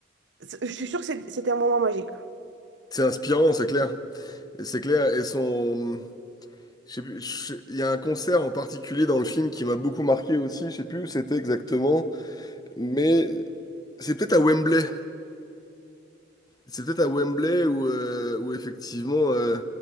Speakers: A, on the right; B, on the left.
A: c'est- Je suis sûre que c'est- c'était un moment magique.
B: C'est inspirant, c'est clair. C'est clair, et son... Je sais plus, je sais- il y a un concert en particulier dans le film qui m'a beaucoup marqué aussi, je sais plus où c'était exactement, mais c'est peut-être à Wembley. C'est peut-être à Wembley où, euh, où effectivement, euh,